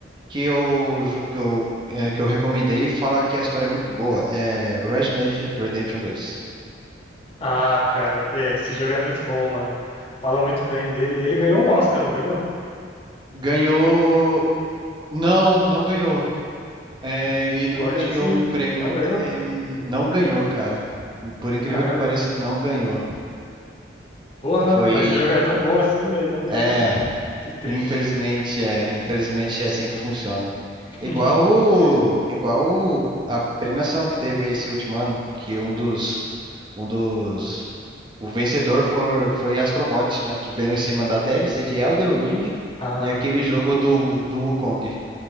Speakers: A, on the right; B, on the left.
A: que eu, ju- que eu, é, que eu recomendei e falar que a história é muito boa. É Red Dead Redemption 2.
B: Ah, cara, é, esse jogo é muito bom, mano. Fala muito bem dele. Ele ganhou um Oscar, não ganhou?
A: Ganhou. Não, não ganhou. É,
B: Um,
A: ele
B: um
A: não
B: GOT
A: ganhou
B: assim?
A: o prêmio.
B: Não ganhou?
A: Ele não ganhou, cara. Por incrível
B: Caramba.
A: que pareça, não ganhou.
B: Porra,
A: Foi.
B: mas o jogo é tão bom assim, velho, e não ganhou.
A: É.
B: Que triste.
A: Infelizmente é, infelizmente é assim que funciona.
B: <laughs>
A: Igual, o- igual o- a premiação que teve esse último ano, que um dos, um dos, o vencedor foi, foi Astrobot, né, que ganhou em cima da DLC de Elden Ring
B: Ah.
A: e aquele jogo do, do Wukong.